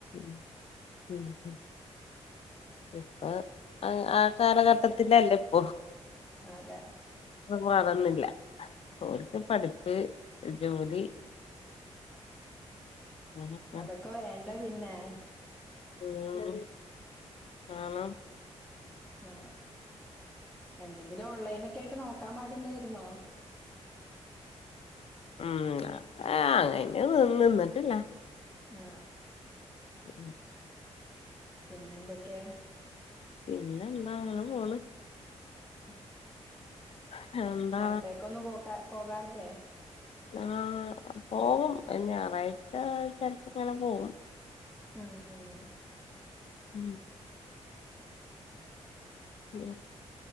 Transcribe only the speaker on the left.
ഉം ഹ <unintelligible> ഇപ്പൊ. ആ. ആകാലഘട്ടത്തിന്റെയെ ല്ലേ. പ്പൊ
വറന്നില്ല. ഓര്ക്. പഠിപ്പ്. ജോലി അങ്ങനൊക്കെ
ഉം. വേണം
മ്മ്. അ അ ങ്ങനെ ന്ന് ന്നട്ട <unintelligible>
ഉം
പിന്നെ എന്താണ് അങ്ങനെ പോണു.
ഉം എന്താ
ആ പോവും ഞായറാഴ്ച ചിലപ്പ ഇങ്ങനെ പോകവും.
ഉം ഉ